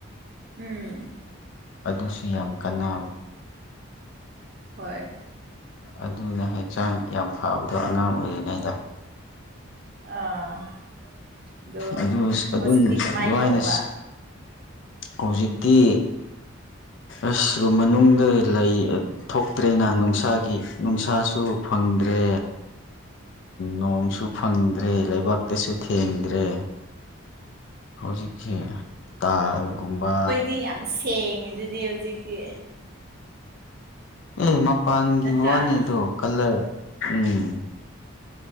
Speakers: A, on the right (about 45°); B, on the left (about 60°).
A: ꯎꯝ
B: ꯑꯗꯨꯁꯨ ꯌꯥꯝ ꯀꯥꯟꯅꯦ
A: ꯍꯣꯏ
B: ꯑꯗꯨꯅ ꯍꯛꯆꯥꯡ ꯌꯥꯝ ꯐꯕꯗꯣ ꯑꯉꯥꯡ ꯑꯣꯏꯔꯤꯉꯩꯗ
A: ꯑꯥ ꯑꯗꯣ
B: ꯑꯗꯨ ꯑꯗꯨꯝ
A: ꯍꯧꯖꯤꯛꯇꯤ ꯀꯃꯥꯏꯅ
B: ꯑꯗꯨꯃꯥꯏꯅ
A: ꯇꯧꯕ
B: ꯍꯧꯖꯤꯛꯇꯤ ꯑꯁ ꯃꯅꯨꯡꯗ ꯂꯩ ꯊꯣꯛꯇꯦ ꯇ꯭ꯔꯦꯅ ꯅꯨꯡꯁꯥꯒꯤ ꯅꯨꯡꯁꯥꯁꯨ ꯐꯪꯗ꯭ꯔꯦ ꯅꯣꯡꯁꯨ ꯐꯪꯗ꯭ꯔꯦ ꯂꯩꯕꯥꯛꯇꯁꯨ ꯊꯦꯡꯗ꯭ꯔꯦ ꯍꯧꯖꯤꯛꯁꯤ ꯇꯥꯏꯜꯒꯨꯝꯕ
A: <unintelligible> ꯊꯦꯡꯉꯤꯗꯨꯗꯤ ꯍꯧꯖꯤꯛꯇꯤ
B: ꯑꯦ ꯃꯄꯥꯟꯒꯤ
A: ꯅꯠꯇ꯭ꯔꯥ
B: ꯋꯥꯅꯦ ꯑꯗꯣ ꯀꯂꯔ ꯎꯝ